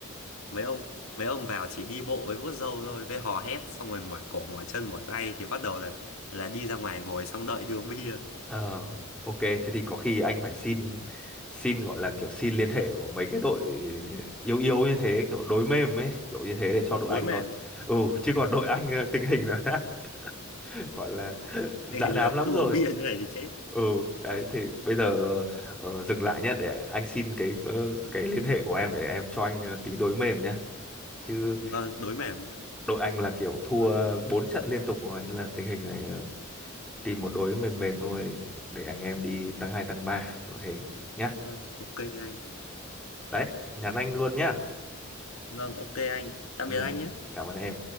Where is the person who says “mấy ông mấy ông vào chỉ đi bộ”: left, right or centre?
Left